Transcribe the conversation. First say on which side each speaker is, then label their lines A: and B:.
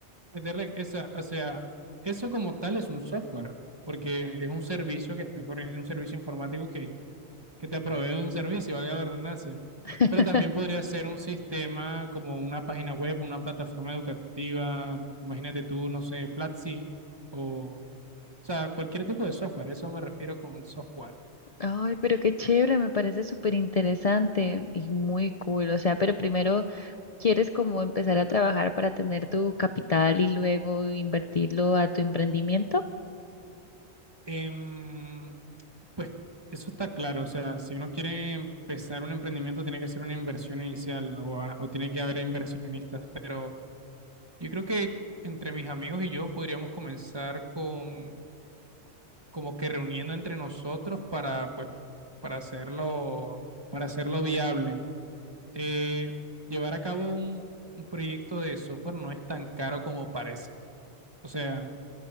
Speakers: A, on the right (about 20°); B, on the left (about 40°).
A: meterle esa, o sea, eso como tal es un software, porque es un servicio que está corriendo, un servicio informático que, que te provee un servicio, valga la redundancia.
B: <laughs>
A: Pero también podría ser un sistema como una página web, una plataforma educativa, imagínate tú, no sé, Platzi o, o sea, cualquier tipo de software, eso me refiero con software.
B: Ay, pero qué chévere, me parece súper interesante y muy cool. O sea, pero primero quieres como empezar a trabajar para tener tu capital y luego invertirlo a tu emprendimiento.
A: Em, pues eso está claro, o sea, si uno quiere empezar un emprendimiento tiene que hacer una inversión inicial o, a- o tiene que haber inversionistas, pero Yo creo que entre mis amigos y yo podríamos comenzar con como que reuniendo entre nosotros para pues para hacerlo para hacerlo viable. Eh, llevar a cabo un, un proyecto de software no es tan caro como parece. O sea,